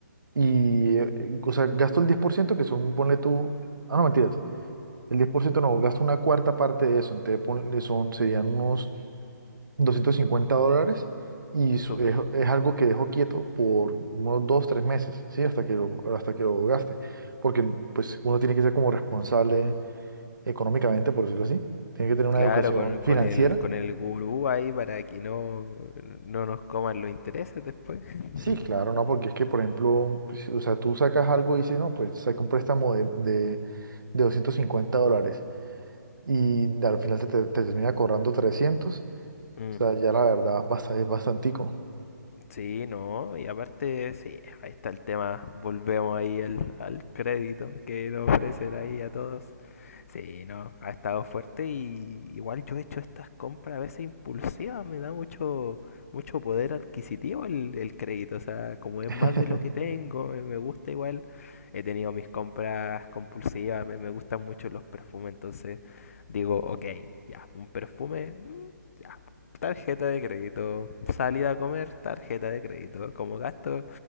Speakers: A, on the right; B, on the left.
A: y, eh, o sea, gasto el 10% que son, ponle tú, ah, no, mentiras, el 10% no, gasto una cuarta parte de eso, entonces ponle, son, serían unos 250 dólares y su-
B: Súper.
A: es, es algo que dejo quieto por unos dos, tres meses, ¿sí? Hasta que lo, hasta que lo gaste. Porque pues uno tiene que ser como responsable económicamente, por decirlo así. Tiene que tener una
B: Claro,
A: educación
B: con, con
A: financiera.
B: el, con el gurú ahí para que no, no nos coman los intereses después. <laughs>
A: Sí, claro, ¿no? Porque es que, por ejemplo, pues, o sea, tú sacas algo y dices, no, pues saca un préstamo de, de, de 250 dólares y al final te, te, te termina cobrando trescientos
B: Mm.
A: O sea, ya la verdad basta, es bastantico.
B: Sí, no, y aparte, sí, ahí está el tema. Volvemos ahí al, al crédito que nos ofrecen ahí a todos. Sí, no, ha estado fuerte y igual yo he hecho estas compras a veces impulsivas, me da mucho, mucho poder adquisitivo el, el crédito, o sea, como es
A: <laughs>
B: más de lo que tengo, me, me gusta igual, he tenido mis compras compulsivas, me, me gustan mucho los perfumes, entonces digo, ok, ya, un perfume, mm, ya, Tarjeta de crédito, salida a comer, tarjeta de crédito, como gastos,